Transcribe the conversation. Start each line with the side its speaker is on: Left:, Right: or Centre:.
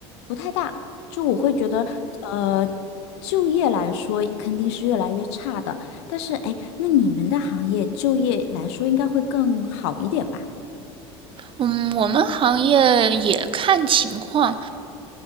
Left: 不太大，就我会觉得，呃，就业来说肯定是越来越差的。但是，哎，那你们的行业就业来说应该会更好一点吧？
Right: 嗯，我们行业也看情况，